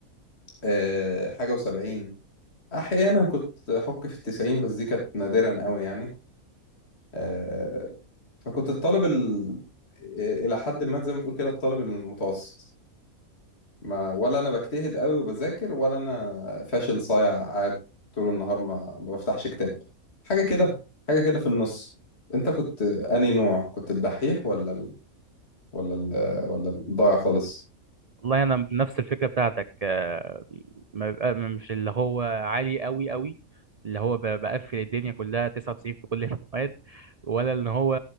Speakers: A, on the left; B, on the right.
A: آه، حاجة و70 أحيانا كنت أحك في التسعين بس دي كانت نادرا قوي يعني آه، فكنت الطالب ال... إلى حد ما زي ما تقول كده الطالب المتوسط ما ولا انا بجتهد قوي وبذاكر ولا انا فاشل صايع قاعد طول النهار ما ما بفتحش كتاب حاجه كده حاجه كده في النص انت كنت انهي نوع كنت الدحيح ولا ال... ولا ال... ولا الضايع خالص
B: والله انا بنفس الفكره بتاعتك آه، ما بيبقى مش اللي هو عالي قوي قوي اللي هو ب- بقفل الدنيا كلها 99 في كل <laughs> المواد ولا ان هو